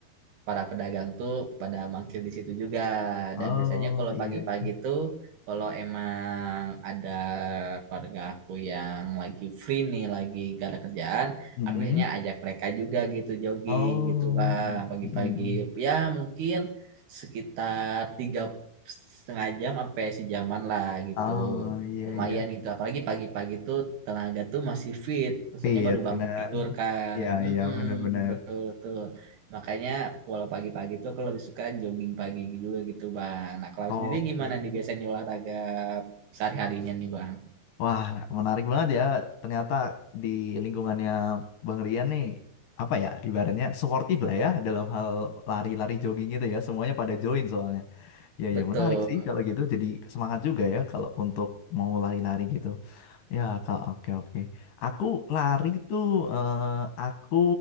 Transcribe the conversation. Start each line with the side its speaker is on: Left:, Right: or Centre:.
Right: para pedagang tuh pada mangkir di situ juga.
Left: Oh
Right: Dan biasanya kalau
Left: iya
Right: pagi-pagi
Left: iya.
Right: tuh, kalau emang ada keluarga aku yang lagi free nih, lagi gak ada kerjaan,
Left: Hmm.
Right: aku biasanya ajak mereka juga gitu jogging
Left: Oh.
Right: gitu, Bang, pagi-pagi.
Left: Hmm.
Right: Ya mungkin sekitar tiga setengah jam sampai sejaman lah gitu.
Left: Oh iya
Right: Lumayan
Left: iya.
Right: gitu, apalagi pagi-pagi tuh tenaga tuh masih fit, soalnya
Left: Fit
Right: baru bangun
Left: benar.
Right: tidur kan.
Left: Iya
Right: Mm-mm,
Left: iya benar-benar.
Right: betul betul. Makanya kalau pagi-pagi tuh aku lebih suka jogging pagi juga gitu Bang. Nah kalau
Left: Oke.
Right: sendiri gimana nih biasanya olahraga sehari-harinya nih Bang?
Left: Wah, menarik banget ya. Ternyata di lingkungannya Bang Rian nih, apa ya, ibaratnya sportif lah ya, dalam hal lari-lari jogging gitu ya, semuanya pada join soalnya. Ya,
Right: Betul.
Left: ya menarik sih kalau gitu, jadi semangat juga ya kalau untuk mau lari-lari gitu. Ya, kalau oke oke. Aku lari tuh, eh, aku